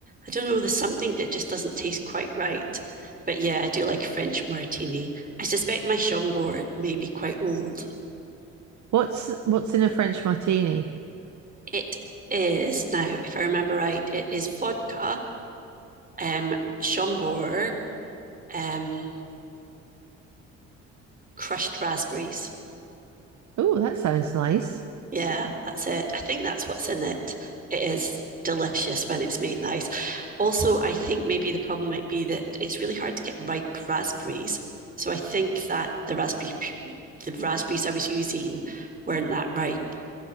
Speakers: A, on the right; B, on the right.
A: I don't know. There's something that just doesn't taste quite right. But yeah, I do like a French martini. I suspect my Schomburg may be quite old.
B: What's what's in a French martini?
A: It is now, if I remember right, it is vodka, um, Schomburg, um, crushed raspberries.
B: Oh, that sounds nice.
A: Yeah, that's it. I think that's what's in it. It is delicious when it's made nice. Also, I think maybe the problem might be that it's really hard to get ripe raspberries. So I think that the raspberry the raspberries I was using weren't that ripe.